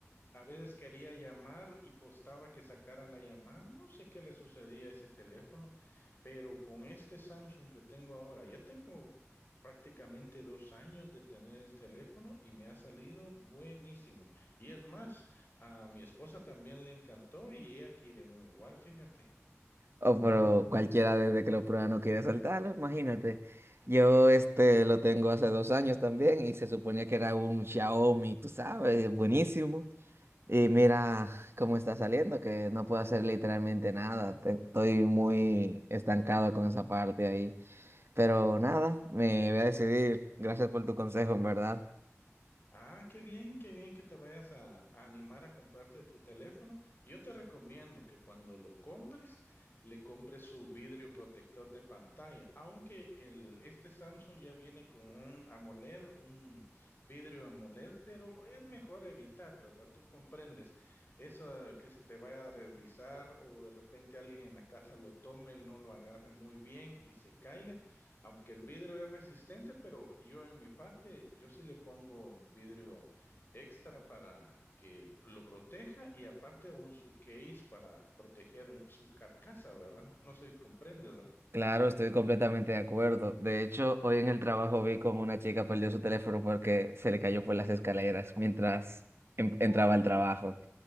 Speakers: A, on the left; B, on the right.
A: A veces quería llamar y costaba que sacara la llamada. No sé qué le sucedía a ese teléfono, pero con este Samsung que tengo ahora, ya tengo prácticamente dos años de tener el teléfono y me ha salido buenísimo. Y es más, a mi esposa también le encantó y ella quiere uno igual, fíjate.
B: o por cualquiera desde que lo prueba no quiere soltarlo, imagínate, yo este lo tengo hace dos años también y se suponía que era un Xiaomi, tú sabes, buenísimo. Y mira cómo está saliendo, que no puedo hacer literalmente nada. te- Estoy muy estancado con esa parte ahí. Pero nada, me voy a decidir. Gracias por tu consejo, en verdad.
A: Ah, qué bien, qué bien que te vayas a, a animar a comprarte tu teléfono. Y Yo te recomiendo que cuando lo compres, le compres su vidrio protector de pantalla. Aunque el, este Samsung ya viene con un AMOLED, un vidrio AMOLED, pero es mejor evitar, ¿verdad? Tú comprendes eso eh, que se te vaya a deslizar o de repente alguien en la casa lo tome, él no lo agarre muy bien y se caiga. Aunque el vidrio es resistente, pero yo en mi parte, yo sí le pongo vidrio extra para que lo proteja y aparte un su case para proteger un- su carcasa, ¿verdad? No sé, si comprendes, ¿verdad?
B: Claro, estoy completamente de acuerdo. De hecho, hoy en el trabajo vi como una chica perdió su teléfono porque se le cayó por las escaleras mientras en- entraba al trabajo.